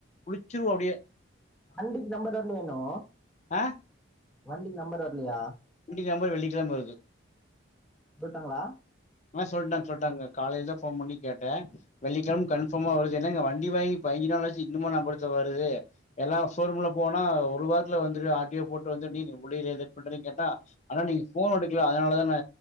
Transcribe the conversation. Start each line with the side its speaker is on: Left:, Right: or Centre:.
Left: குளிச்சிருவ அப்டியே
Centre: அண்டிக்கு நம்பர் வரலயா இன்னு
Left: ஆஹ
Centre: வண்டிக்கு நம்பர் வரலையா
Left: வண்டிக்கு நம்பர் வெள்ளிக்கிழமை வருது
Centre: போட்டாங்ளா
Left: ஆ சொல்டன் சொல்டாங்க காலைல போன் பண்ணி கேட்டே வெள்ளிக்கிழம் கன்ஃபார்மா வருது எனா இங்க வண்டி வாங்கி பதிஞ்சி நாள் ஆச்சி இன்னுமா நம்பர்சொ வருது எல்லா ஷோரூம்ல போனா ஒரு வாரத்ல வந்துரு ஆர் டி ஓ போட்டு வந்துரு நீ புடி லே லேட் பண்றின் கேட்டா ஆனா நீங்க போன் எடுக்கல அதனாலதா நா